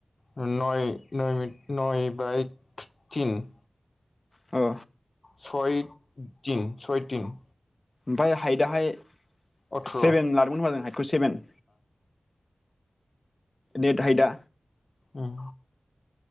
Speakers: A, on the left (about 50°); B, on the left (about 30°).
A: नय न नय बाय थिन
B: औ
A: सय तिन सय तिन
B: ओमफ्राय हाइदाहाय
A: अथ्र'
B: सेभेन लादोंमोन होनोमबा जों हाइदखौ सेभेन नेेट हाइटा
A: उम